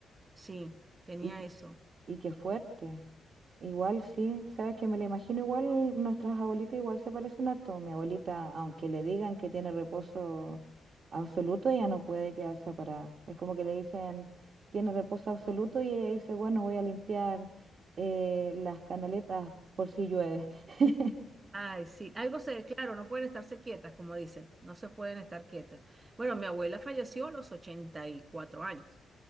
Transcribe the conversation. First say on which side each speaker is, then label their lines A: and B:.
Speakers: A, on the right (about 25°); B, on the right (about 50°).
A: Sí, tenía
B: Y, qué-
A: eso.
B: y qué fuerte. Igual sí, sabes que me la imagino igual, nuestras abuelitas igual se parecen harto. Mi abuelita, aunque le digan que tiene reposo absoluto, ella no puede quedarse parada. Es como que le dicen, tiene reposo absoluto y ella dice, bueno, voy a limpiar eh, las canaletas por si llueve. <laughs>
A: Ay, sí, algo se, claro, no pueden estarse quietas, como dicen, no se pueden estar quietas. Bueno, mi abuela falleció a los 84 años.